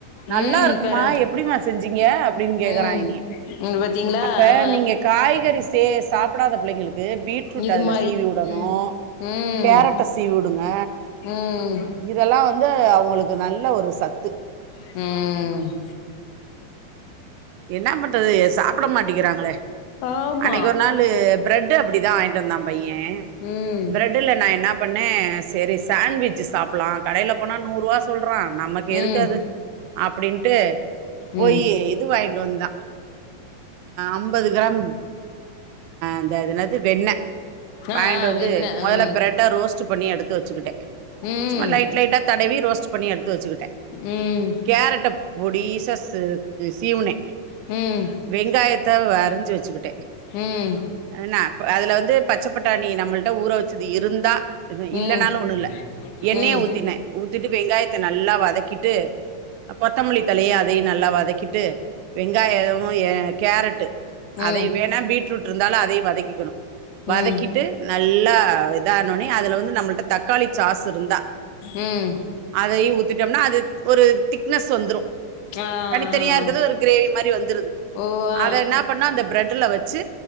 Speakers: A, on the right; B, on the left.
A: நல்லா
B: ம்
A: இருக்குமா
B: பரவா
A: எப்டிமா செஞ்சீங்க அப்டின்னு கேக்குறா
B: ம்
A: என்னைய
B: இது பாத்தீங்களா
A: அப்ப
B: ஆ
A: நீங்க காய்கறி சே சாப்டாத பிள்ளைங்களுக்கு பீட்ரூட்
B: இது
A: அதுல
B: மாரி
A: சீவி உடனு
B: ம் ம்
A: கேரட்ட சீவ் உடுங்க
B: ம்
A: இதெல்லா வந்து அவங்களுக்கு நல்ல ஒரு சத்து
B: ம்
A: என்னா பண்றது ஸ் சாப்ட மாட்டேக்கிறாங்களே
B: ஆமா
A: அன்னைக்கி ஒரு நாளு பிரெட்டு அப்டிதா வாங் ட்டு வந்த பையே
B: ம்
A: பிரெட்ல நா என்னா பண்ணே செரி சாண்ட்விச் சாப்ட்லா கடையில போனா நூறு ரூவா சொல்றா நமக் கு எதுக்கது
B: ம்
A: அப்டின்ட்டு போயி
B: ம்
A: இது வாங்கிண்டு வந்தா ஐம்பது கிராம் இந்த அது என்னது வெண்ண வாங்கிட்டு
B: ஆ ஆ
A: வந்து
B: வெண்ண
A: மொதல்ல
B: ம்
A: பிரெட்ட ரோஸ்ட்டு பண்ணி எடுத்து வச்சுக்கிட்டே
B: ம்
A: சும்மா லைட் லைட்டா தடவி ரோஸ்ட்டு பண்ணி எடுத்து வச்சிக்கிட்டே
B: ம்
A: கேரட்ட பொடிசா சு சீவுனே
B: ம்
A: வெங்காயத்த வறிஞ்சு வச்சிக்கிட்டே
B: ம் ம்
A: என்ன அதுல வந்து பச்ச பட்டாணி நம்மள்ட்ட ஊற வச்சது இருந்தா
B: ம் ம்
A: இல்லனால ஒண்ணுல்ல எண்ணெய
B: ம்
A: ஊத்தினே ஊத்திட்டு வெங்காயத்த நல்லா வதக்கிட்டு கொத்தமல்லி தழை அதயு நல்லா வதக்கிட்டு வெங்காயமு எ கேரட்டு அதயு
B: ம்
A: வேணா பீட் ரூட் இருந்தாலு அதயு வதக்கிக்கணு வதக்கிட்டு
B: ம்
A: நல்லா இதா ஆனோனே அதுல வந்து நம்ள்ட்ட தக்காளி சாஸ் இருந்தா
B: ம்
A: அதயு ஊத்திட்டோம்னா அது ஒரு திக்னஸ் வந்துரு
B: ஆ ஆ.
A: தனியா இருக்கது ஒரு க்ரேவி மாரி வந்துருது
B: ஓ ஆ
A: அத என்னா பண்ணா அந்த பிரெட்டுல வச்சு